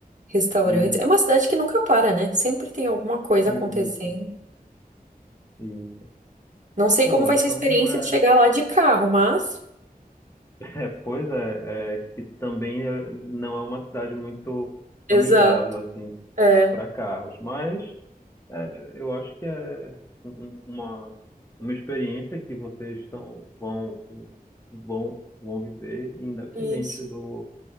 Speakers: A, on the right; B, on the left.
A: restaurantes.
B: E,
A: É uma cidade que nunca para, né? Sempre tem alguma coisa
B: e
A: acontecendo.
B: isso. E,
A: Não sei
B: pô,
A: como vai
B: então
A: ser a experiência
B: é,
A: de chegar lá de carro, mas.
B: É, pois é, é que também é, não é uma cidade muito
A: Exato.
B: amigável assim
A: É,
B: para carros, mas é, eu acho que é um- um- uma uma experiência que vocês estão vão vão vão viver independente
A: isso.
B: do